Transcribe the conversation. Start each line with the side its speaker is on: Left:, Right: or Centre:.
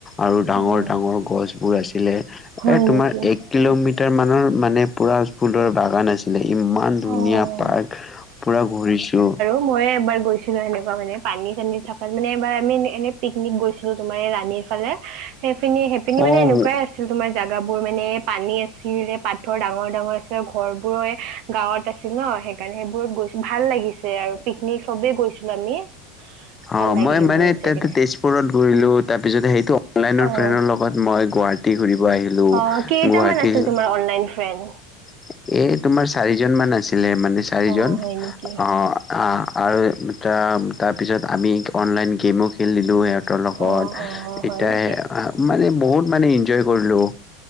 Left: আৰু ডাঙৰ
Right: অ',
Left: ডাঙৰ গছবোৰ আছিলে এ
Right: হয়
Left: তোমাৰ
Right: নেকি?
Left: এক কিলোমিটাৰ মানৰ মানে পোৰা ফুলৰ বাগান আছিলে ইমান। ইমান ধুনীয়া
Right: অ',
Left: পাৰ্ক পোৰা ঘূৰিছোঁ।
Right: মইয়ে এবাৰ গৈছিলো সেনেকুৱা মানে পানী চানীত থকাত মানে এবাৰ আমি এনে পিকনিক গৈছিলোঁ। তোমাৰ এই ৰাণীৰ ফালে। সেইপিনি সেই পিনি মানে
Left: অ'
Right: এনেকুৱাই আছিল, তোমাৰ জোগাবোৰ মানে পানী আছিল, পাথৰ ডাঙৰ ডাঙৰ আছিল। ঘৰ বোৰৰে গাঁৱত আছিল ন সেইকাৰণে সেইবোৰত গৈছোঁ ভাল লাগিছে আৰু। চবেই গৈছিলোঁ আমি। ভাল
Left: অ'
Right: লাগে
Left: মই
Right: সেইবোৰত
Left: মানে
Right: যাই
Left: তেজপুৰত
Right: কিনে।
Left: ঘূৰিলোঁ। তাৰপিছত সেইটো অনলাইনৰ
Right: অ',
Left: ফ্ৰেনৰ লগত। মই গুৱাহাটীৰ ঘূৰিব আহিলোঁ,
Right: অ', কেইটামান
Left: গুৱাহাটীৰ
Right: আছিল তোমাৰ অনলাইন ফ্ৰেন
Left: এ তোমাৰ চাৰিজন মান আছিলে মানে চাৰিজন
Right: অ', হয় নেকি?
Left: অ' আৰু তাৰ তাৰপিছত আমি অনলাইন গেমো খেলিলোঁ সিহঁত। ৰ লগত
Right: অ', অ', হয়
Left: এতিয়াৰ
Right: নেকি?
Left: মানে বহুত মানে ইনঞ্চয় কৰিলোঁ।